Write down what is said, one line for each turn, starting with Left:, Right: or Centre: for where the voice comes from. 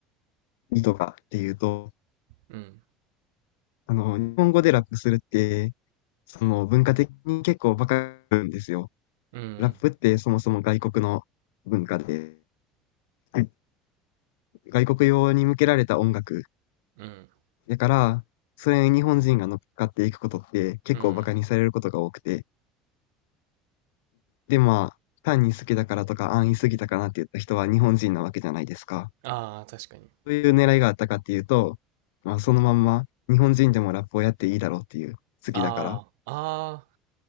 Left: 意図かっていうと、
Right: うん、
Left: あの、日本語でラップするって、その文化的に結構バカなんですよ。
Right: うん、
Left: ラップってそもそも外国の文化で、はい外国用に向けられた音楽。
Right: うん、
Left: だから、それに日本人が乗っかっていくことって結構バカにされることが多くて、
Right: うん。
Left: で、まあ、単に好きだからとか、安易すぎたかなって言った人は日本人なわけじゃないですか。
Right: ああ、確かに。
Left: そういう狙いがあったかっていうと、まあ、そのまんま日本人でもラップをやっていいだろうっていう、好きだから、
Right: ああ、あ